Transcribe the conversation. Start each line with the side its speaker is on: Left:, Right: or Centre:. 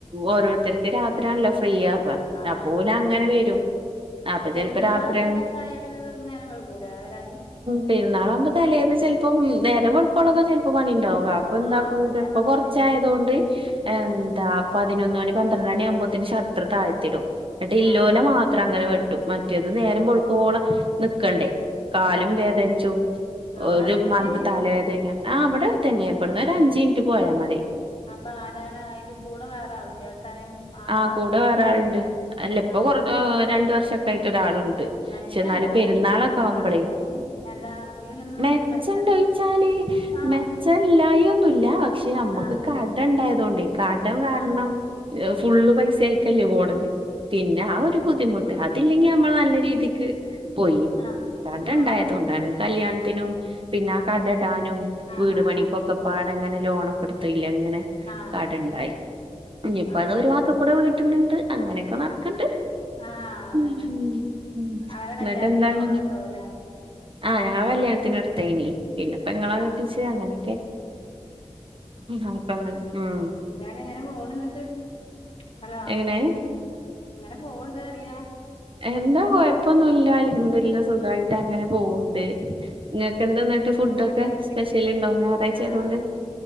Right: ഓരോരുത്തർക്ക് രാത്രിയാണല്ലോ ഫ്രീയാവ
Left: ആഹ്
Right: അപ്പോല് അങ്ങനെ വരും അപ്പൊ
Left: പെരുന്നാള്
Right: ചെലപ്പോ രാത്രിയാണ്
Left: അവസരക്കായാല് നേരം വൈകൂലേ വരാന്
Right: പെരുന്നാളാവുമ്പൊ തലേന്ന് ചിലപ്പോം നേരം വെളുക്കോളം ചിലപ്പോ പണി ഉണ്ടാവും കാക്കു എന്താക്കും
Left: ആഹ് അതന്നെ
Right: ചെലപ്പോ
Left: ഞാൻ പറഞ്ഞത്
Right: കൊറ ഉച്ചയായതുകൊണ്ട് എന്താ
Left: ആഹ്
Right: പതിനൊന്ന് മണി പന്ത്രണ്ട് മണി ആവുംമ്പോത്തിന് ഷട്ടർ താഴ്ത്തിടും എന്നട്ട് ഇല്ലോല
Left: ആഹ് ആഹ്
Right: മാത്രം അങ്ങനെ വെട്ടും മറ്റേത് നേരം
Left: ആഹ്
Right: വെളുക്കോളാം നിക്കണ്ടേ കാലും
Left: ആഹ്
Right: വേദനിച്ചും
Left: ഇങ്ങളെ
Right: ഒരു
Left: അടുത്തന്നെയാണ്
Right: മന്ത് തലവേദന ആഹ് അവടെ അടുത്തുതന്നെയാ ഇവിടന്ന് ഒരു അഞ്ച് മിനിറ്റ് പോയാ മതി
Left: അപ്പൊ ആരാണ് അയിന്റെ കൂടെ വേറെ ആളില്ലേ വെട്ടാന് ആള്
Right: ആഹ്
Left: മാത്രേ
Right: കൂടെ
Left: ഉള്ളൂ
Right: വേറെ ആളുണ്ട് അല്ല ഇപ്പൊ
Left: ആഹ്
Right: കൊറ രണ്ടു വർഷംക്കെ ആയിട്ട് ഒരാളുണ്ട്
Left: മെച്ചണ്ടാ
Right: ക്ഷെ ന്നാലും പെരുന്നാളൊക്കെ ആവുമ്പളേ
Left: വാ അയിന് അല്ല ഇതില് ഇങ്ങനെ നിന്നിട്ട്
Right: മെച്ചേണ്ട്
Left: മെച്ചം
Right: ച്ചാല്
Left: ആഹ്
Right: മെച്ചവില്ലായിക
Left: ഉണ്ട്
Right: ഒന്നൂല്ല പക്ഷെ അമ്മക്ക്
Left: ആഹ്
Right: കടം ഉണ്ടായതൊണ്ടെ കടം കാരണം
Left: ആഹ്
Right: ഫുള്ള് പൈസ അയിക്കല്ലേ പോണത് പിന്നെ ആഹ് ഒരു ബുദ്ധിമുട്ട് അതില്ലെങ്കി നമ്മൾ നല്ല രീതിക്ക് പോയി
Left: ആഹ്
Right: കടം
Left: ആഹ്
Right: ഉണ്ടായത്
Left: ആഹ്
Right: കൊണ്ടാണ് കല്യാണത്തിനും പിന്നെ ആ കടയിടാനും
Left: ആഹ്
Right: വീട്
Left: ആഹ്
Right: പണിക്കുംക്കെ പാടങ്ങനെ ലോണൊക്കെ എടുത്തില്ലെ ഇങ്ങനെ
Left: ആഹ് ആഹ്
Right: കടവുണ്ടായി ഇനിയിപ്പോ
Left: അങ്ങനെല്ലേ
Right: അത് ഒരു ഭാഗത്ത് കൂടെ വീട്ടുന്നുണ്ട് അങ്ങനെയൊക്കെ നടക്കണ്ട്
Left: ആഹ് അതന്നെ
Right: ഉം ഉം
Left: അവരെ
Right: എന്നിട്ട്
Left: കല്യാണത്തിന്
Right: എന്താണ്
Left: ലോൺ എടുത്താവൂല്ലേ
Right: ആഹ് ഞങ്ങളെ കല്യാണത്തിന്ടുത്തേയിനി പിന്നെ പെങ്ങളെ
Left: ആഹ്
Right: കെട്ടിച്ച്
Left: ആഹ് ആഹ്
Right: അങ്ങനെയൊക്കെ അപ്പൊ അങ്ങനെ ഉം
Left: എങ്ങനെ പോണു എന്നിട്ട് ഹലോ
Right: എങ്ങനെ
Left: ഇങ്ങനെ പോണണ്ട് അറിയാ
Right: എന്താ കൊയപ്പൊന്നൂല്ല അൽഹംദുലില്ല
Left: പിന്നെ
Right: സുഖായിട്ട് അങ്ങനെ പോവണ്ട് നിങ്ങൾക്ക്ന്താന്നിട്ട് ഫുഡ്‌ഒക്കെ
Left: അവിടെ ആരൊക്കെയുണ്ട്
Right: സ്പെഷ്യല്
Left: വീട്ടില്
Right: ഉണ്ടോ ഞായറാഴ്ചയായതോണ്ട്
Left: ആഹ്